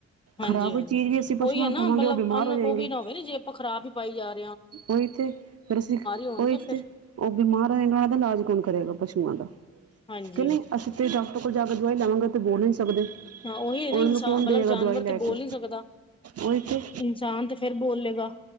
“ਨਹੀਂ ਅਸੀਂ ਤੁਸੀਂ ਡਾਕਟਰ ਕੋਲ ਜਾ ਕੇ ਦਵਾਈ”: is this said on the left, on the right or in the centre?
Right